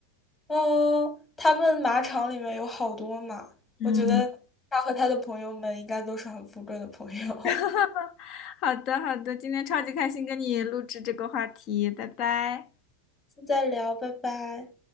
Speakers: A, on the left; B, on the left.
A: 嗯，他们马场里面有好多马，
B: 嗯，
A: 我觉得他和他的朋友们应该都是很富贵的朋友。
B: <laughs> 好的好的，今天超级开心跟你录制这个话题，拜拜。
A: <laughs> 现在聊，拜拜。